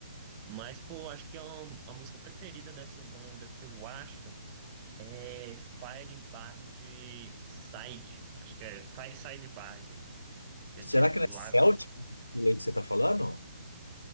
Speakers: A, on the right; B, on the left.
A: Mas, pô, acho que é uma, a música preferida dessa banda que eu acho é Fire Bard Side. Acho que é Fire Side Bard, que é
B: Será
A: tipo
B: que não é
A: lá
B: Celtic esse estilo aí que você tá falando?